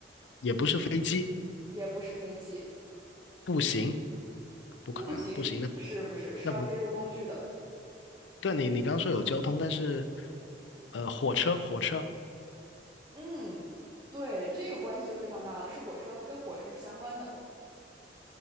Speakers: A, on the left; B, on the right.
A: 也不是飞机，
B: 也不是飞机。
A: 步行不可能啊，
B: 步行，
A: 步行那
B: 不是不是，是要借助工具的。
A: 那不对。你你刚刚说有交通，但是呃，火车火车
B: 嗯，对，这个关系就非常大了，是火车，跟火车是相关的。